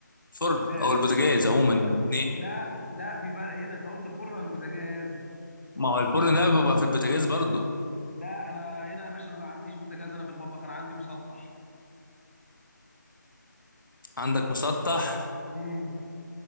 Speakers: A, on the left; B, on the left.
A: الفرن
B: تمام
A: او البوتاجاز عموما يعني اتنين
B: لا لا في فرق هنا انت قلت الفرن ولا البوتاجاز
A: ما هو الفرن ده بيبقى في البوتاجاز برضو
B: لا انا هنا يا باشا انا ما عنديش بوتاجاز انا في المطبخ انا عندي مسطح
A: عندك مسطح
B: امم